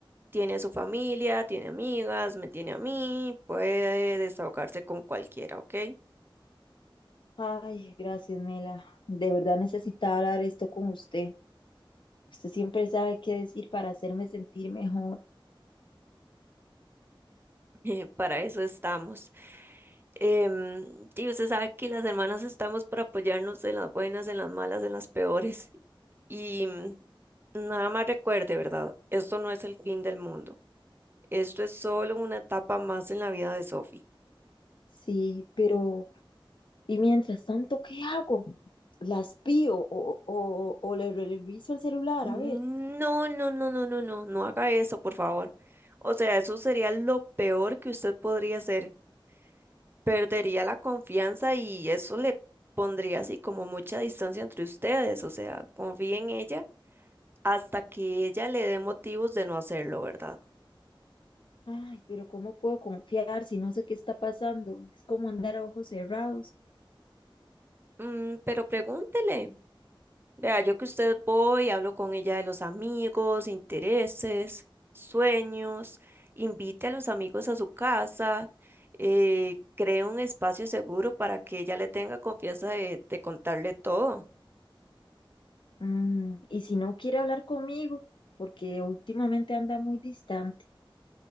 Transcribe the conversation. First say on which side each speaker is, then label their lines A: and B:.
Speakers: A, on the right; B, on the left.
A: tiene a su familia, tiene amigas, me tiene a mí, puede desahogarse con cualquiera, ¿ok?
B: Ay, gracias, Mela. De verdad necesitaba hablar esto con usted. Usted siempre sabe qué decir para hacerme sentir mejor.
A: <laughs> Para eso estamos. Em, y usted sabe que las hermanas estamos para apoyarnos en las buenas, en las malas, en las peores. Y mm, nada más recuerde, ¿verdad? Esto no es el fin del mundo. Esto es solo una etapa más en la vida de Sophie.
B: Sí, pero ¿y mientras tanto qué hago? ¿Las pío o, o, o le reviso el celular?
A: No,
B: A ver.
A: no, no, no, no, no, no haga eso, por favor. O sea, eso sería lo peor que usted podría hacer. Perdería la confianza y eso le pondría así como mucha distancia entre ustedes. O sea, confíe en ella hasta que ella le dé motivos de no hacerlo, ¿verdad?
B: Ay, pero ¿cómo puedo confiar si no sé qué está pasando? Es como andar a ojos cerrados.
A: Mm, pero pregúntele. Vea, yo que usted voy, hablo con ella de los amigos, intereses, sueños, invite a los amigos a su casa, eh, cree un espacio seguro para que ella le tenga confianza de, de contarle todo.
B: Mm, y si no quiere hablar conmigo, porque últimamente anda muy distante.